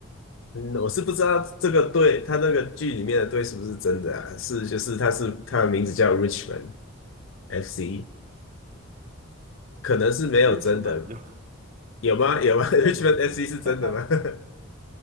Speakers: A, on the left; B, on the right.
A: 嗯，我是不知道这个队，他那个剧里面的队是不是真的啊？是，就是他是他的名字叫 Richmond FC，可能是没有真的，
B: Richmond 有，
A: 有吗？有吗
B: <laughs> 应该不是真的，
A: <laughs>？Richmond FC 是真的吗？
B: <laughs> 哈哈，
A: <laughs>